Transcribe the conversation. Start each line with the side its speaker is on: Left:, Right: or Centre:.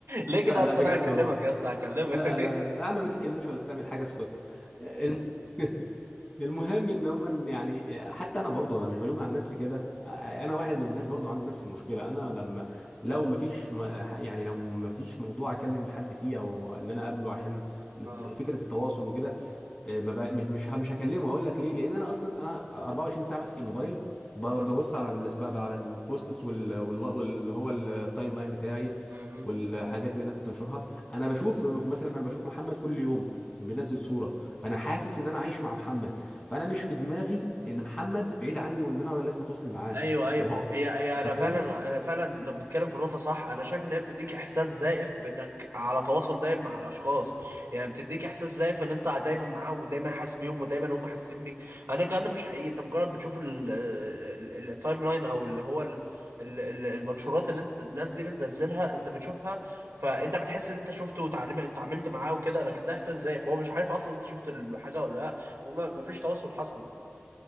Right: ليه
Left: لا
Right: كده
Left: لا
Right: اصلا
Left: بجد
Right: انا هكلمك
Left: والله
Right: يا اسطى هكلمك
Left: لا لا
Right: <laughs>
Left: لا يا عم ما بتتكلمش ولا بتعمل حاجة اسكت الم... <laughs> المهم ان هم يعني حتى انا برضو انا مش بلوم على الناس في كده انا واحد من الناس برضو عنده نفس المشكله انا لما لو ما فيش ما- يعني لو ما فيش موضوع اكلم حد فيه او ان انا اقابله عشان نت-
Right: اه
Left: فكره التواصل وكده إيه، ما بقى مش مش ه- مش هكلمه هقول لك ليه لان انا اصلا انا 24 ساعه ماسك الموبايل ب- ببص
Right: اه
Left: على ال- بقى على البوستس وال وال- واللي هو التايم لاين بتاعي
Right: مهم.
Left: والحاجات اللي الناس بتنشرها انا بشوف مثلا انا بشوف محمد كل يوم بينزل صوره فانا حاسس ان انا عايش مع محمد فانا مش في دماغي ان محمد بعيد عني وان انا لازم اتواصل معاه
Right: ايوه ايوه
Left: وهو
Right: هي هي
Left: انت
Right: انا
Left: فاهم
Right: فعلا انا فعلا انت بتتكلم في نقطه صح انا شايف ان هي بتديك احساس زائف بانك على تواصل دايم مع الاشخاص يعني بتديك احساس زائف ان انت دايما معاهم ودايما حاسس بيهم ودايما هم حاسين بيك انا الكلام ده مش حقيقي انت مجرد بتشوف ال- ال- التايم لاين او اللي هو ال- ال- ال- المنشورات اللي انت الناس دي بتنزلها انت بتشوفها فانت بتحس ان انت شفته وتعلم انت عملت معاه وكده لكن ده احساس زائف هو مش عارف اصلا انت شفت الحاجه ولا لا وما فيش تواصل حصل